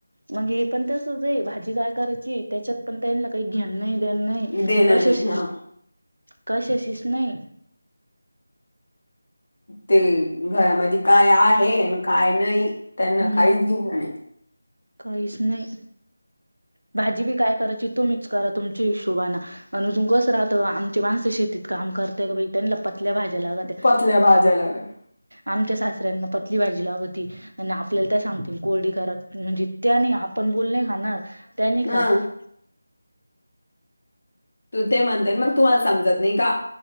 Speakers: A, on the right; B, on the left.
A: मग हे पण तेचच आहे भाजी काय करायची त्याच्यात पण त्यां काही घेन नाही... नाही
B: देणं
A: कशी
B: नाही हा
A: कशाशीच नाही...
B: ते घरामध्ये काय आहे आणि काय नाही त्यांना
A: हम्म
B: काहीच घेतलं नाही...
A: काहीच नाही.... भाजी बी काय करायची तो मिक्च करा तुमच्या हिशोबाने अनुजून कस राहतं आमचे माणसं शेती..... काम करते बेट ना ल पतल्या भाज्या लागत....
B: पतल्या भाज्या लागल
A: आमच्या सासऱ्यांना पत्री भाजी लागत होती.... आपल्याला त्या सांगते कोरडी करत म्हणजे त्यानी आपण बोलणे खाणार त्याने
B: हा
A: खात...
B: तू ते म्हणतेन मग तुम्हाला समजत.... नाही का